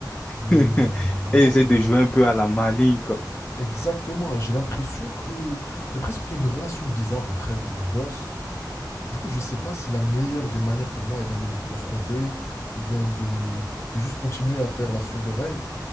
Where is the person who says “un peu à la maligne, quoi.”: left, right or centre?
Left